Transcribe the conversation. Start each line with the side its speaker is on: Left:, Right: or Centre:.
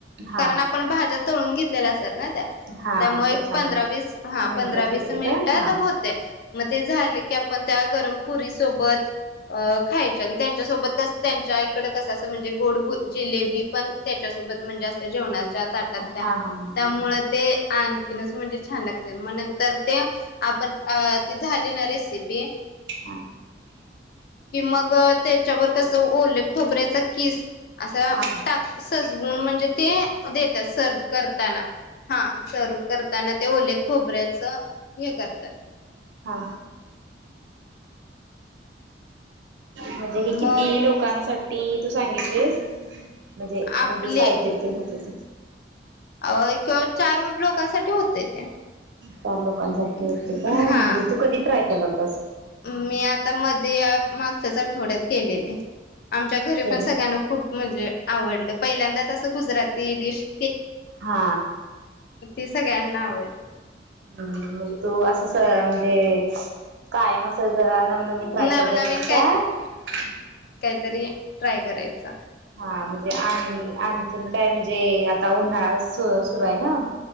Right: हा
Left: कारण आपण भाज्या तळून घेत - लेल - ना त्या
Right: हा
Left: त्यामुळे
Right: त्याच्यामुळे
Left: एक पंधरा वीस हा
Right: मिनिटात
Left: पंधरा
Right: होते
Left: वीस मिनिटात
Right: काय हा
Left: होतंय मग ते झाले की आपण त्या गरमपुरी सोबत अ खायच्या आणि त्यांच्यासोबत त्यांच्या कड असं म्हणजे गोड जीलेबी पण त्याच्यासोबत म्हणजे अस जेवणाच्या ताटात
Right: हा
Left: त्या
Right: हा हा
Left: त्यामुळे ते आण केनस म्हणजे छान लागते मग नंतर ते आपण ती झाली ना रेसिपी
Right: हा
Left: कि मग त्याच्यावर कसं ओले खोबऱ्याच किस असा
Right: हा
Left: टाक सजवून म्हणजे ते देतात सर्व करताना हा सर्व करताना ते ओल खोबऱ्यात अस हे करतात.
Right: हा म्हणजे हे
Left: मग
Right: किती लोकांसाठी? ती तू सांगितलीस म्हणजे
Left: आपले
Right: हे जे साहित्य ते होते ते
Left: अ किंवा चार लोकांसाठी होतंय ते.
Right: चार लोकांसाठी होतंय काय
Left: हा
Right: म्हणजे तू कधी ट्राय केल होत.
Left: मी आता मध्ये मागच्याच आठवड्यात केलेले. आमच्या घरी
Right: केले
Left: पण सगळ्यांना खूप म्हणजे आवडलं. पहिल्यांदाच असं गुजराती डिश प
Right: हा.
Left: ती सगळ्यांना आवडली.
Right: हम्म म्हणजे तू असं म्हणजे कायम असं जरा नवनवीन ट्राय
Left: नवनवीन
Right: करत असतेस काय?
Left: तरी ट्राय करायच.
Right: हा म्हणजे आणि आणखीन काय म्हणजे आता उन्हाळा सुरू सुरु आहे ना.